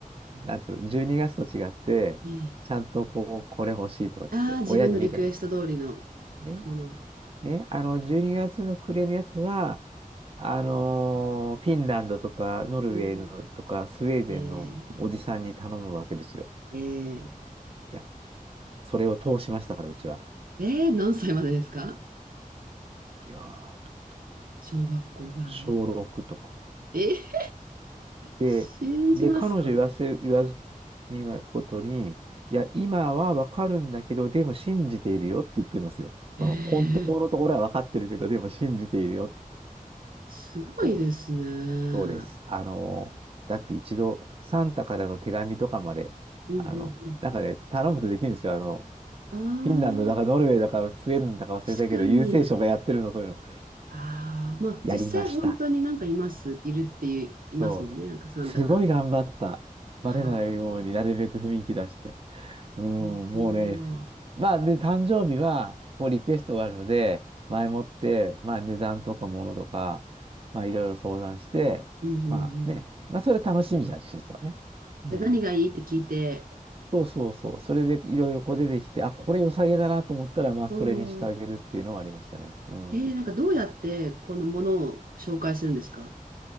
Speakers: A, on the right; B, on the right.
A: なんていうの、12月と違って、
B: ええ。
A: ちゃんとこう、これ欲しいとかって、
B: ああ、自分のリクエスト通りの
A: 親に言うじゃないですか。ね、
B: もの
A: ね、あの、12月の暮れのやつは、あのーフィンランドとか、ノルウェーのとか、
B: うん。
A: スウェーデンのおじさんに頼むわけですよ。
B: えー、えー、
A: いや、それを通しましたから、うちは。
B: えー、何歳までですか
A: いやー、とと
B: 小学校ぐらい。
A: 小6とか。
B: え、
A: で、
B: 信じますかね。
A: で、彼女言わせ、言わずにはことに、いや、今はわかるんだけど、でも信じているよって言ってますよ。その、
B: えー、
A: 本当のところはわかってるけど、でも信じているよ。
B: すごいですね。
A: そう、
B: うん
A: そうです。あの、だって一度、サンタからの手紙とかまで、
B: うん
A: あの、なんかね、頼むとできるんですよ。あの、
B: うん。
A: フィンランドだか、
B: ああ、
A: ノルウェーだか、スウェーデンだか忘れたけど、
B: 確かに。
A: 郵政省がやってるの、そういうの。
B: ああ、まあ実際本当になんかいます、
A: やりました。
B: いるっていう、いますもんね、
A: そう。
B: なんかサンタさん。
A: すごい頑張った。
B: はあ、
A: バレないようになるべく雰囲気出して。うん、
B: なるほど。
A: もうね、まあ、で、誕生日は、こう、リクエストがあるので、前もって、まあ、値段とかものとか、まあ、いろいろ相談して、
B: うんうんうん。
A: まあね、まあ、それ楽しみじゃん、一つはね。うん。
B: で、何がいいって聞いて、
A: そうそうそう。それでいろいろこう出てきて、あ、これ良さげだなと思ったら、まあ、
B: おお、
A: それにしてあげるっていうのはありましたね。うん。
B: えー、なんかどうやってこのものを紹介するんですか